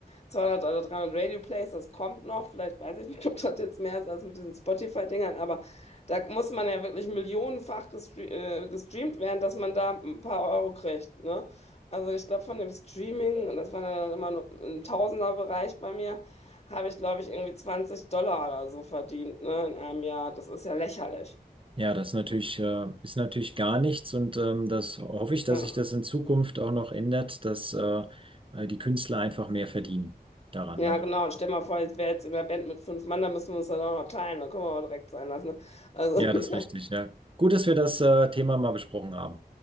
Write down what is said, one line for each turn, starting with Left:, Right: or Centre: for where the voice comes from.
Left: 200 oder 300 Radio-Plays, das kommt noch. Vielleicht weiß ich nicht, <laughs> ob das jetzt mehr ist als mit diesen Spotify-Dingern, aber da muss man ja wirklich millionenfach gestre äh, gestreamt werden, dass man da ein paar Euro kriegt, ne? Also ich glaube, von dem Streaming, und das war dann halt immer nur im Tausenderbereich bei mir, habe ich, glaube ich, irgendwie 20 Dollar oder so verdient, ne, in einem Jahr. Das ist ja lächerlich.
Right: Ja, das ist natürlich, äh, ist natürlich gar nichts und ähm, das hoffe ich, dass
Left: Ja,
Right: sich das in Zukunft auch noch ändert, dass äh, äh, die Künstler einfach mehr verdienen daran,
Left: ja
Right: ne?
Left: genau. Und stell mal vor, ich wäre jetzt in der Band mit fünf Mann, da müssen wir uns dann auch noch teilen. Da können wir auch direkt sein lassen. Ne? Also,
Right: Ja,
Left: <laughs>
Right: das ist richtig, ja. Gut, dass wir das äh, Thema mal besprochen haben.